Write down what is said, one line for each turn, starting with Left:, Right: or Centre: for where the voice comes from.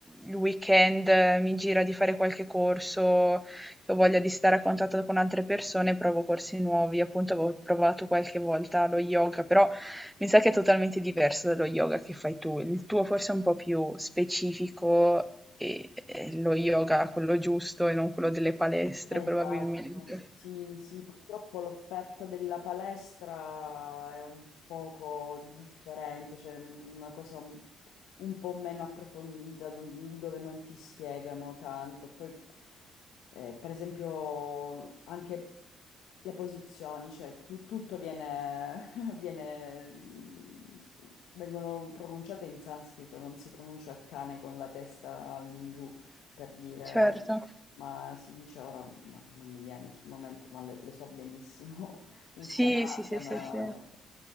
Centre: il weekend eh, mi gira di fare qualche corso, che ho voglia di stare a contatto con altre persone, provo corsi nuovi. Appunto avevo provato qualche volta lo yoga, però mi sa che è totalmente diverso dallo yoga che fai tu. Il tuo forse è un po' più specifico e, e lo yoga quello giusto e non quello delle palestre,
Left: Esatto,
Centre: probabilmente.
Left: sì, sì, purtroppo l'offerta della palestra è un poco differente, cioè una cosa un po' meno approfondita, non- dove non ti spiegano tanto. Poi, eh, per esempio, anche le posizioni, cioè tu- tutto viene, <laughs> viene- mm, s- vengono pronunciate in sanscrito, non si pronuncia il cane con la testa all'ingiù per dire,
Centre: Certo.
Left: ma si dice ora, ma non mi viene sul momento, ma le, le so benissimo, <laughs> Uttanasana,
Centre: Sì, sì, sì, sì, sì.